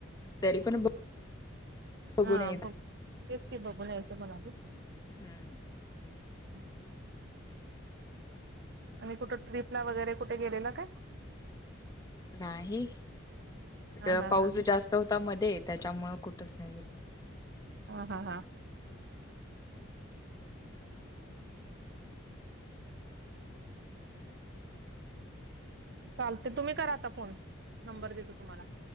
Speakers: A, on the left; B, on the right.
A: तरी पण बघून
B: हा
A: यायच.
B: बघ तेच की बघून यायचं म्हणायलो.
A: हम्म
B: ह आणि कुठं ट्रिपला वगैरे कुठे गेलेलं काय?
A: नाही, इकडं
B: हा हा
A: पाऊस
B: हा हा
A: जास्त होता मध्ये त्याच्यामुळ कुठचं नाही गेलो
B: ह हा हां चालते तुम्ही करा आता फोन नंबर देतो तुम्हाला.